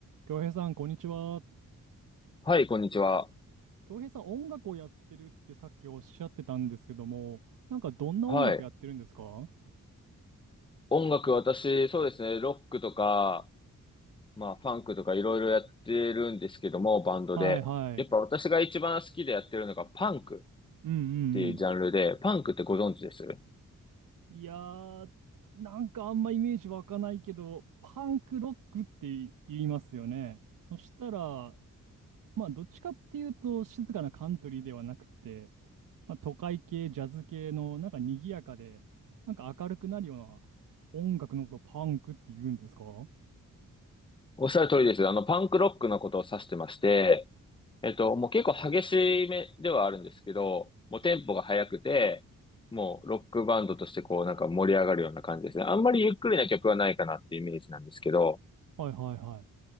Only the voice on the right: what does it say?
京平さん、こんにちは。
京平さん、音楽をやってるってさっきおっしゃってたんですけども、なんかどんな音楽やってるんですかは
いはい。
うんうんうん。
いやー、なんかあんまイメージ湧かないけど、パンクロックって言いますよね。そしたら、まあ、どっちかっていうと、静かなカントリーではなくて、まあ、都会系、ジャズ系の、なんか賑やかで、なんか明るくなるような音楽のことをパンクって言うんですかはい。
はいはいはい。